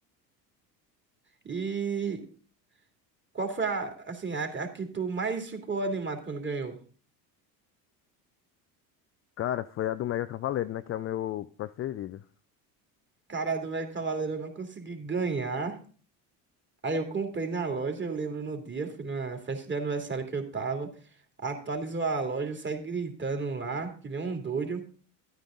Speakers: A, on the right; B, on the left.
A: E Qual foi a, assim, a, a que tu mais ficou animado quando ganhou?
B: Cara, foi a do Mega Cavaleiro, né? Que é o meu preferido.
A: Cara, do Mega Cavaleiro eu não consegui ganhar. Aí eu comprei na loja, eu lembro no dia, fui numa festa de aniversário que eu tava. Atualizou a loja, eu saí gritando lá, que nem um doido.